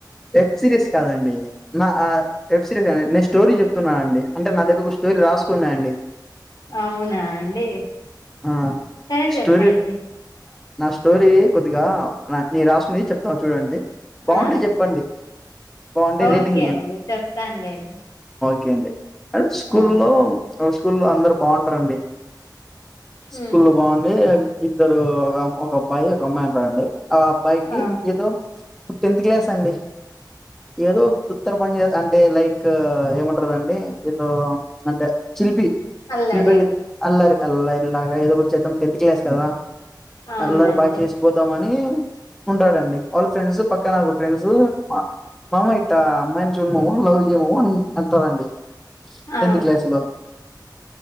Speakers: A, in the centre; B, on the left.
A: వెబ్ సిరీస్ కాదండి నా వెబ్ సిరీస్ నేను స్టోరీ చెప్తున్నానండి అంటే నా దగ్గర ఒక స్టోరీ రాసుకున్నాండి.
B: ఔనా అండి
A: ఆ!
B: సరే చెప్పండి
A: స్టోరీ నా స్టోరీ కొద్దిగా నాక్ నేను రాసుకునేది చెప్తా చూడండి బావుంటే
B: ఆ
A: చెప్పండి. బావుంటే
B: ఓకే
A: రేటింగ్
B: అండి చెప్తానులేండి.
A: కె అండి హై స్కూల్లో
B: ఆ
A: ఆ స్కూల్లో అందరు బాగుంటారండి స్కుల్లో
B: ఉమ్
A: బాగుండి ఇద్దరు ఒక ఒక అబ్బాయి ఒక అమ్మాయి ఉంటారండి ఆ అబ్బాయికి
B: ఆ
A: ఏదో ఇప్ టెన్త్ క్లాస్ ఏ ఎదో తుత్తర పని జె అంటే లైక్ ఏమంటరదండి ఏదో ప్చ్ అంటే చిలిపి
B: అల్లరి
A: చిల్పి అల్లరి ఎల్లాయ్ ర్లాగా ఏదోకటి చేద్దాం టెన్త్ క్లాస్ కదా
B: అవునండి
A: అల్లరి బాగ చేసిపోతామని ఉంటాడండి వాళ్ళ ఫ్రెండ్సు పక్కనగొ ఫ్రెండ్సు అ మామ ఇట్ట అమ్మాయిన్చూడు మామ లవ్ జెయ్ మామ అన్ అంటారండి
B: ఆ
A: టెన్త్ క్లాస్ లో